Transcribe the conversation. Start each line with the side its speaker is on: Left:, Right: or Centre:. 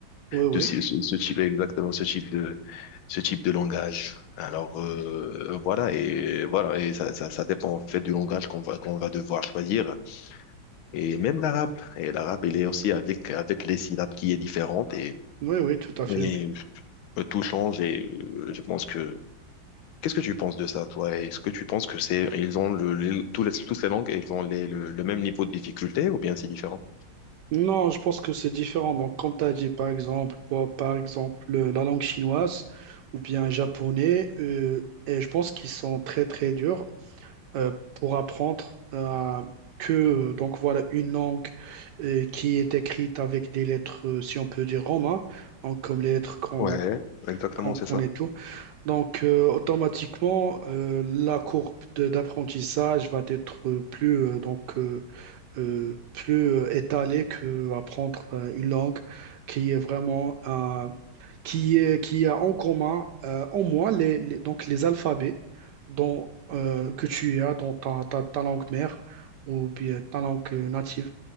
Right: Oui, oui,
Left: de ce, ce- ce type exactement ce type de ce type de langage. Alors euh, voilà et voilà et ça, ça, ça dépend en fait du langage qu'on va qu'on va devoir choisir et même l'arabe et l'arabe il est aussi avec avec les syllabes qui est différente et,
Right: oui, oui, tout à fait,
Left: et
Right: oui.
Left: tout change et euh, je pense que Qu'est-ce que tu penses de ça, toi? Est-ce que tu penses que c'est ils ont le, les- tous les, tous les langues, ils ont les, le, le même niveau de difficulté ou bien c'est différent?
Right: Non, je pense que c'est différent. Donc, comme tu as dit, par exemple, pour- par exemple, euh, la langue chinoise ou bien japonais, euh, et je pense qu'ils sont très, très durs euh, pour apprendre euh, que, euh, donc voilà, une langue euh, qui est écrite avec des lettres, euh, si on peut dire romain, donc comme les lettres qu'on
Left: Ouais, exactement,
Right: qu'on connaît
Left: c'est ça.
Right: tout. Donc, euh, automatiquement, euh, la courbe de- d'apprentissage va être euh, plus, euh, donc, euh, euh, plus euh, étalé que apprendre euh, une langue qui est vraiment euh, qui est qui a en commun euh, au moins les, les- donc les alphabets dont euh, que tu as dans ta, ta, ta langue mère ou bien ta langue euh, native.